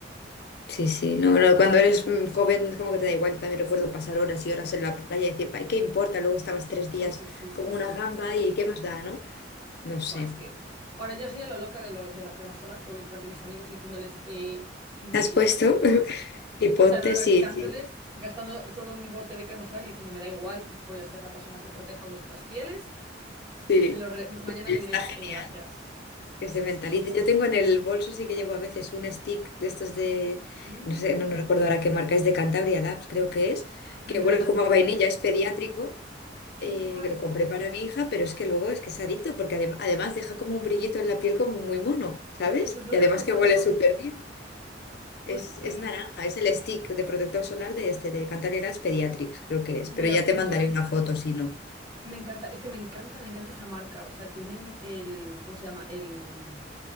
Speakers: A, on the left; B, on the right.
A: Sí, sí, no, no, cuando eres mm, joven como que te da igual, también recuerdo pasar horas y horas en la playa y decir, "Ay, ¿qué importa? Luego estabas tres
B: Sí,
A: días
B: sí, sí, sí,
A: como
B: sí.
A: una gamba y ¿qué más da, no? No sé.
B: Buah, es que ahora yo soy a lo loca de, lo, de la crema solar que voy detrás de mis amigos y diciéndoles, eh, aquí ni
A: ¿Te has
B: Dios
A: puesto?
B: se va a quemar.
A: <laughs> Y ponte,
B: O sea, no, no,
A: sí,
B: echándoles,
A: sí,
B: gastando todo mi bote de crema solar y diciendo, me da igual, voy a ser la persona que proteja vuestras pieles.
A: sí.
B: Me lo re- mañana
A: Está
B: me diréis,
A: genial.
B: eh, gracias.
A: que
B: Sí,
A: se mentalicen.
B: sí, sí. sí.
A: Yo tengo en el bolso, sí que llevo a veces un stick de estos de,
B: Mm,
A: no sé, no, no recuerdo ahora qué marca es, de Cantabria Labs, creo que es,
B: me
A: que
B: encanta
A: huele
B: esa
A: como
B: marca.
A: a vainilla, es pediátrico,
B: ¡Qué
A: eh,
B: guay!
A: que lo compré para mi hija, pero es que luego es que es adicto, porque adem- además deja como un brillito en la piel como muy mono, ¿sabes?
B: Ay, pues no
A: Y
B: lo
A: además
B: he probado.
A: que huele súper bien.
B: Pues
A: Es,
B: mm,
A: es naranja, es el stick de protector solar de este, de Cantabria Labs Pediatrics, creo que es, pero
B: me lo
A: ya
B: apunto.
A: te mandaré una foto si no.
B: Me encanta, es que me encanta, me encanta esa marca. O sea, tienen el, ¿cómo se llama? El